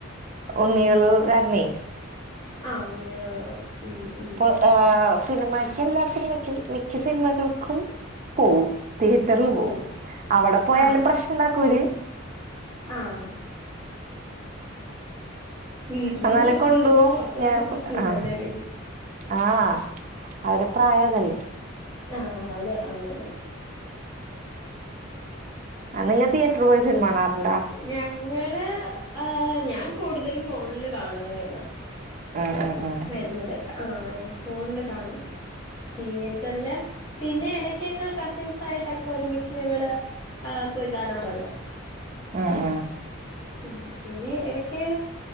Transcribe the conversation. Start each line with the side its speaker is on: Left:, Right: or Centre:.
Right: ഉണ്ണികള് കാരണെ
Left: ആഹ് ഉണ്ണികളുള്ളത് ഉം ഉം
Right: പ്പ സിനിമക്കും എല്ലാ സിനിമയ്ക്കും മിക്ക സിനിമകൾക്കും പോവും തിയേറ്ററിൽ
Left: പോകും
Right: പോവും അവിടെ പോയാലും
Left: ആ
Right: പ്രശ്നുണ്ടാക്കൂര്
Left: ആഹ് വീട്ടിലും
Right: എന്നാലും
Left: പ്രശ്നം
Right: കൊണ്ടുപോകും
Left: തന്നെ പുറത്ത് പോയാലും
Right: ഞാൻ
Left: പ്രശ്നം
Right: ആ
Left: തന്നെല്ലേ
Right: ആഹ് അവരെ പ്രായ അതല്ലേ
Left: ആഹ് അതെ ആന്ന് ആന്ന്
Right: നിങ്ങൾ തിയറ്റർ പോയി സിനിമ കാണാറുണ്ട
Left: ഞങ്ങള് ആഹ് ഞാൻ കൂടുതലും ഫോണിൽ കാണണാണ്
Right: ഉം ഉം ഉം
Left: വരുന്നത് ആഹ്ഫോണില് കാണും തിയറ്ററില് പിന്നെ ഇടക്കൊക്കെ കസിൻസ് യിട്ടൊക്കെ ഒരുമിച്ച് ഞങ്ങള് ആ് പോയി കാണാറുണ്ട്
Right: ആ ആഹ
Left: ഉ പിന്നെ ഇടക്ക്